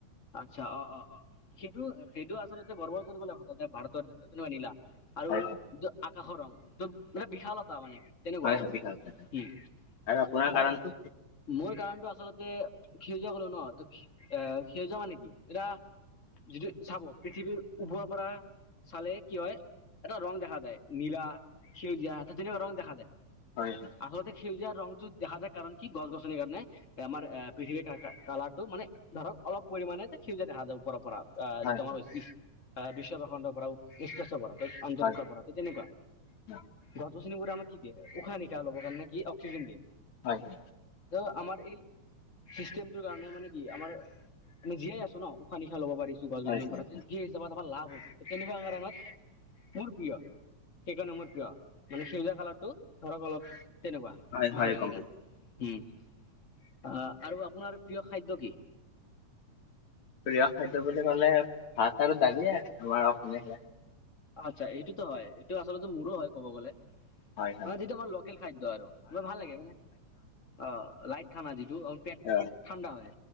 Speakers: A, on the left (about 35°); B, on the left (about 70°).
A: আচ্ছা অ অ অ সেইটো সেইটো আচলতে গৰ্ব কৰিব লগা কথা যে ভাৰতত নহয় নীলা আৰু
B: হয় হয়
A: ত আকাশৰ ৰং ত মানে বিশালতা মানে তেনেকুৱা
B: হয়
A: আৰু
B: হয় <unintelligible> হয়
A: উম,
B: আৰু আপোনাৰ
A: আৰু
B: কাৰণটো
A: মোৰ কাৰণটো আচলতে সেউজীয়া কলো ন এ সেউজীয়া মানে কি, এতিয়া যিটো চাব পৃথিৱীৰ ওপৰৰ পৰা চালে কি হয় এটা ৰং দেখা যায় নীলা সেউজীয়া এটা তেনেকুৱা ৰং দেখা যায়
B: হয় হয়
A: আচলতে সেউজীয়া ৰংটো দেখা যায় কাৰণ কি গছ গছনিৰ কাৰণে আমাৰ পৃথিৱীৰ কা কালাৰ তো মানে ধৰক অলপ পৰিমাণে যে সেউজীয়া দেখা যায় ওপৰৰ পৰা আহ
B: হয়
A: যিটো আমাৰ আহ বিশ্ব ভূখণ্ডৰ পৰাও <unintelligible> কৰা আন্তৰিকৰ
B: হয়
A: পৰা এই তেনেকুৱা
B: হয়
A: গছ গছনিবোৰে আমাক কি দিয়ে উশাহ নিশাহ ল'বৰ কাৰণে কি অক্সিজেন দিয়ে
B: হয় হয়
A: <unintelligible> আমাৰ এই চিষ্টেমটোৰ কাৰণে মানে কি আমাৰ আমি জীয়াই আছো ন উশাহ নিশাহ ল'ব পাৰি ছো গছ
B: হয়
A: গছনিৰ
B: হয়
A: পৰা
B: হয়
A: সেই হিচাপত আমাৰ লাভ হৈছে তেনেকুৱা কাৰণত মোৰ প্ৰিয় সেইকাৰণে মোৰ প্ৰিয় মানে সেউজীয়া কালাৰটো ধৰক অলপ তেনেকুৱা
B: হয় হয়
A: ভাল লাগে
B: গম
A: কাৰণে
B: পাইছোঁ
A: উম আৰু আপোনাৰ প্ৰিয় খাদ্য কি
B: প্ৰিয় খাদ্য বুলি ক'লে ভাত আৰু দালিয়ে আমাৰ অসমীয়া সেয়া
A: আচ্ছা এইটোটো হয়, এইটো আচলতে মোৰো হয় ক'ব গ'লে।
B: হয় হয়
A: অ', যিটো আমাৰ লোকেল খাদ্য আৰু মোৰ ভাল লাগে মানে অ', লাইট খানা যিটো পেট
B: অ
A: ঠাণ্ডা হয়,